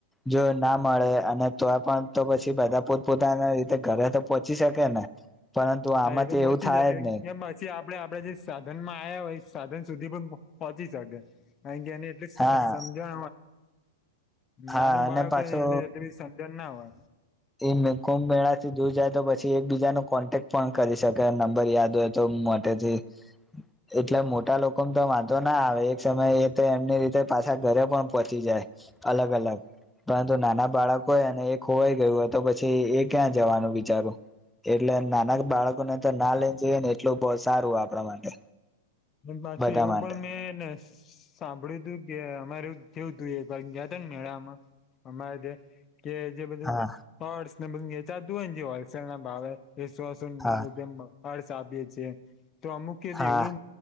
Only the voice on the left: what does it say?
હા એ તો મોચી
જશે
એમ પછી આપડે આપડે જે સાધન માં આવ્યા હોય સાધન સુધી પણ પહોંચી શકે અ કેની એટલી
સમજણય
નાનું
બાળક
હો એ એ સમજણ ના હોય
પાછું
એવું
પણ મેંને સાંભળ્યું તું કે અમારે જેવું હતું એ ત મેળામાં અમારે જે કે જે બધું
હોર્ડસ ને બધું વેચાતું હોય જે હોલસેલ ના ભાવે એ સોસો
અર્શ આપે છે તો અમુક કે
દેવું